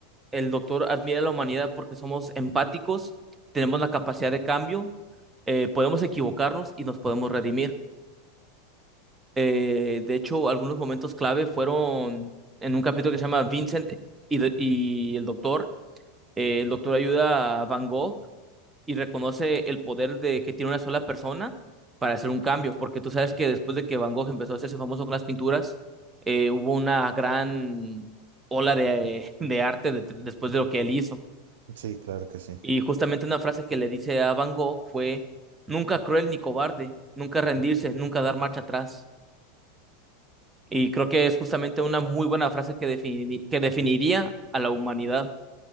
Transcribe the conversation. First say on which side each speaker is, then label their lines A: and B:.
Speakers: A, on the right; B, on the right.
A: el doctor admira a la humanidad porque somos empáticos, tenemos la capacidad de cambio, eh, podemos equivocarnos y nos podemos redimir. Eh, de hecho, algunos momentos clave fueron en un capítulo que se llama Vincent y, de- y el doctor. Eh, el doctor ayuda a Van Gogh y reconoce el poder de que tiene una sola persona para hacer un cambio, porque tú sabes que después de que Van Gogh empezó a hacerse famoso con las pinturas, eh, hubo una gran ola de, <laughs> de arte de- después de lo que él hizo.
B: Sí, claro que sí.
A: Y justamente una frase que le dice a Van Gogh fue, nunca cruel ni cobarde, nunca rendirse, nunca dar marcha atrás. Y creo que es justamente una muy buena frase que defini- que definiría a la humanidad.